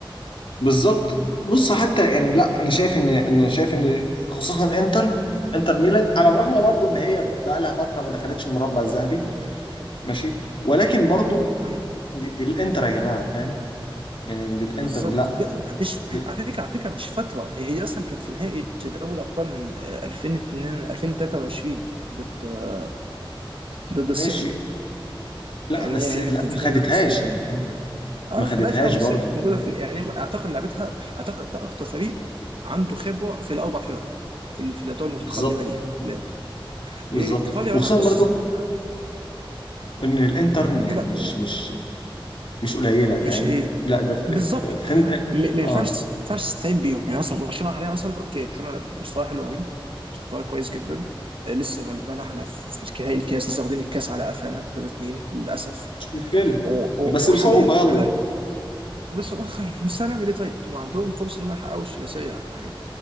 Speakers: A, on the left; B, on the right.
A: بالظبط بص حتى يعني لا انا شايف ان انا شايف ان خصوصا انتر انتر ميلان على الرغم برضو ان هي بقى لها فتره ما دخلتش المربع الذهبي ماشي ولكن برضو
B: مم.
A: دي, دي الانتر يا جماعه فاهم يعني دي الانتر
B: بالظبط
A: لا
B: ب... ب- مش
A: دي
B: على فكره على فكره مش فتره هي هي اصلا كانت في نهائي دوري ابطال آه، 2002 2023 ضد آه، ضد
A: ماشي
B: السيتي
A: لا
B: يعني
A: بس
B: هي هي
A: لا
B: كانت
A: ما
B: في نهائي
A: خدتهاش
B: ضد السيتي
A: يعني فاهم
B: اه
A: ما
B: ما
A: خدتهاش
B: خدهاش اه بس
A: برضو
B: هي كانت
A: فاهم؟
B: موجوده في يعني اعتقد لعبتها اعتقد ده اكتر فريق عنده خبره في الاربع فرق في ال- في الادوار المتقدمه
A: بالظبط
B: دي بالانتر
A: بالظبط
B: ايه ايطاليا
A: وخصوصا
B: ملعب بص
A: برضو
B: لا
A: ان الانتر يعني
B: ده لا
A: مش
B: و-
A: مش مش قليله فاهم
B: مش ايه
A: لا ده
B: بالظبط
A: فرق الفن
B: م-
A: اه
B: ما ينفعش
A: آه،
B: ما ينفعش تستهين بيهم يعني مثلا برشلونه حاليا مثلا اوكي برشلونه مستواه حلو قوي مستواه كويس جدا آه، لسه غلبان احنا في في نهائي الكاس لسه واخدين الكاس على قفانا 3 2 للاسف
A: مش مشكله
B: و- و-
A: بس
B: وحاليا
A: بصعوبه يلا
B: وحاليا بصراحة بس الاخر مش هنعمل ايه طيب؟ وعندهم فرصة انهم يحققوا الثلاثية يعني